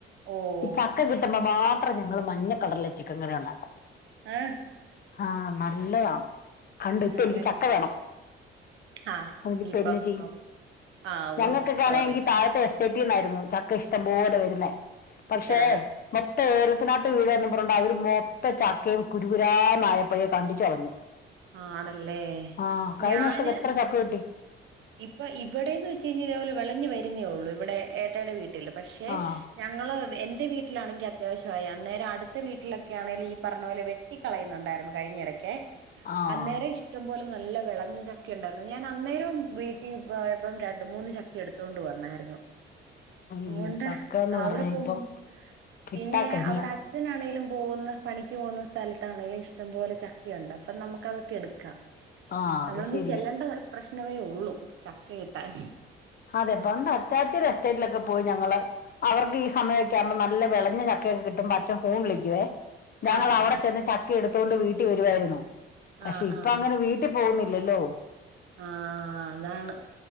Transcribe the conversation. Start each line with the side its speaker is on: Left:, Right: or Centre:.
Right: ഓഹ്
Left: ഈ ചക്ക കിട്ടുമ്പൊ മാത്രം ഞങ്ങള് മഞ്ഞ കളർലെ ചിക്കൻ കറി ഉണ്ടാക്കും
Right: ആ,
Left: ആഹ് നല്ലതാണ് കണ്ടൊ ഇപ്പ എനിക്ക്
Right: ആണല്ലേ
Left: ചക്ക വേണം
Right: ആ
Left: അയ്ന്
Right: ഇനിയിപ്പം
Left: ഇപ്പന്നെ ചെയ്യും
Right: നോ ആ
Left: ഞങ്ങൊക്കെ
Right: ഓ സോറി
Left: ആണെങ്കി താഴത്തെ ചെട്ടിന്നായിരുന്നു ചക്ക ഇഷ്ടംപോലെ വരുന്നേ പക്ഷേ
Right: കിട്ടാ
Left: മൊത്തം ഏലത്തിനാത്ത് വീഴോന്ന് പറോണ്ട് അവര് മൊത്ത ചക്കയും കുരുകുരാന്നായപ്പയെ കണ്ടിച്ച് കളഞ്
Right: ആണല്ലേ
Left: ആഹ് കഴിഞ്ഞ
Right: ഞാൻ
Left: വർഷക്കെ എത്ര ചക്ക കിട്ടി
Right: ഇപ്പൊ ഇവിടേന്ന് വെച്ച് കഴിഞ്ഞാൽ ഇതേപോലെ വെളഞ്ഞു വരുന്നേള്ളൂ ഇവിടെ ഏട്ടായിടെ വീട്ടില് പക്ഷെ
Left: ആഹ്
Right: ഞങ്ങള് എന്റെ വീട്ടിലാണെങ്കി അത്യാവശ്യമായി. അന്നേരം അടുത്ത വീട്ട്ലൊക്കെ ആണെല് ഈ പറഞ്ഞ പോലെ വെ ട്ടിക്കളയുന്നുണ്ടായിരുന്നു കഴിഞ്ഞെടക്കെ
Left: ആഹ്
Right: അന്നേരം ഇഷ്ടം പോലെ നല്ല വെളഞ്ഞ ചക്ക ഉണ്ടായിരുന്നു. ഞാൻ അന്നേരം വീട്ടീ പോയപ്പം രണ്ട് മൂന്ന് ചക്ക എടുത്തോണ്ട് വന്നായിരുന്നു പോണ്ട
Left: ഈ ചക്കന്ന്
Right: അവിടെ
Left: പറഞ്ഞാ
Right: പോമു
Left: ഇപ്പം കിട്ടാക്കനിയാ
Right: പിന്നെ അവിടെ അച്ഛനാണെങ്കിലും പോകുന്ന പണിക്ക് പോകുന്ന സ്ഥൽത്താണേലും ഇഷ്ടം പോലെ ചക്കയുണ്ട് അപ്പം നമുക്കതൊക്കെ എടുക്കാം
Left: ആഹ് അത്
Right: നമ്മളൊന്ന്
Left: ശരിയാ
Right: ചെല്ലണ്ട പ്രശ്നമേ ഉള്ളൂ ചക്ക കിട്ടാൻ
Left: അതെ പ്പം <unintelligible> എസ്റ്റേറ്റിലൊക്കെ പോയി ഞങ്ങള് അവർക്ക് ഈ സമയംക്കെ ആവുമ്പോ നല്ല വെളഞ്ഞ ചക്കയൊക്കെ കിട്ടുമ്പം അച്ചൻ ഫോൺ വിളിക്കുവേ ഞങ്ങള്
Right: ആ ഹാ
Left: അവിടെ
Right: ഹാ
Left: ചെന്ന് ചക്ക എടുത്തോണ്ട് വീട്ടി വരുവായിരുന്നു. പക്ഷെ
Right: ആ
Left: ഇപ്പൊ
Right: ആ
Left: അങ്ങനെ വീ ട്ടി പോന്നില്ലല്ലോ
Right: ആഹ് അതാണ്